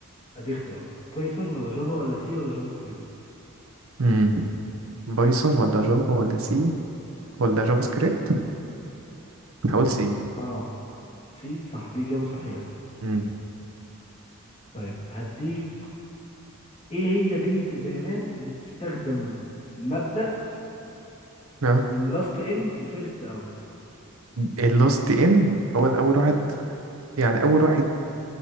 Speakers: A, on the left; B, on the right.
A: هديك اختيارات بايثون ولا جافا ولا سي ولا جافا سكريبت
B: امم بايثون ولا جافا ولا سي ولا جافا سكريبت هقول سي
A: اه سي صح دي اجابة صحيحة
B: امم
A: طيب هديك ايه هي بنية البيانات اللي بتستخدم مبدأ
B: اه
A: لاست ان وفيرست اوت
B: اللاست ان هو الاول واحد يعني اول واحد